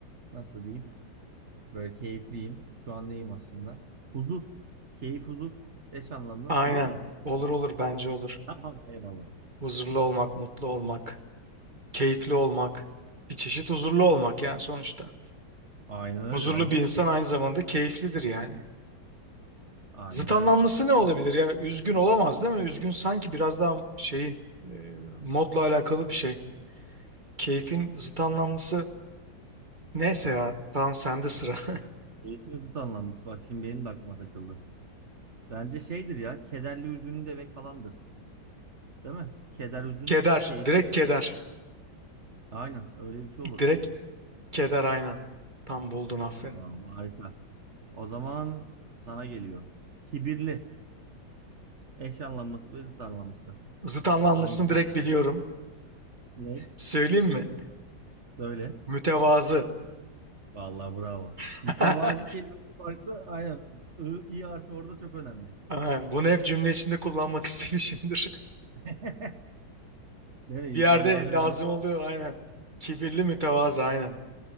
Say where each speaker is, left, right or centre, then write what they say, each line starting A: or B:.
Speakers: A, on the right (about 45°); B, on the right (about 25°).
A: nasıl diyeyim? Böyle keyifliyim. Şu an neyim aslında? Huzur. Keyif, huzur. Eş anlamlı
B: Aynen.
A: olur mu?
B: Olur
A: Evet.
B: olur bence olur.
A: Tamam eyvallah.
B: Huzurlu olmak, mutlu olmak, keyifli olmak. Bir çeşit huzurlu olmak yani sonuçta.
A: Aynen öyle
B: Huzurlu
A: bence
B: bir insan
A: de.
B: aynı zamanda keyiflidir yani.
A: Aynen
B: Zıt
A: öyle.
B: anlamlısı ne
A: Tamam.
B: olabilir ya? Üzgün olamaz değil mi? Üzgün sanki biraz daha şeyin e, modla alakalı bir şey. Keyfin zıt anlamlısı neyse ya. Tamam sende sıra. <laughs>
A: Keyfin zıt anlamlısı. Bak şimdi benim de aklıma takıldı. Bence şeydir ya. Kederli hüzünlü demek falandır. Değil mi? Keder hüzün.
B: Keder.
A: Keyifli.
B: Direkt keder.
A: Aynen öyle bir şey olur
B: Direkt
A: bence.
B: keder aynen. Tam buldun aferin.
A: Tamam, harika. O zaman sana geliyor. Kibirli. Eş anlamlısı ve zıt anlamlısı.
B: Zıt anlamlısını
A: Hangisini
B: direkt
A: seçersin?
B: biliyorum.
A: Ne?
B: Söyleyeyim mi?
A: Söyle.
B: Mütevazı.
A: Vallahi bravo.
B: <laughs>
A: Mütevazi kelimesi farklı. Aynen. I, i harfi orada çok önemli.
B: Ha, Bunu hep cümle içinde kullanmak <laughs> istemişimdir.
A: <laughs> Değil mi? İnsan
B: Bir yerde
A: bazen
B: lazım
A: öyle. bir-
B: oluyor aynen. Kibirli mütevazı aynen.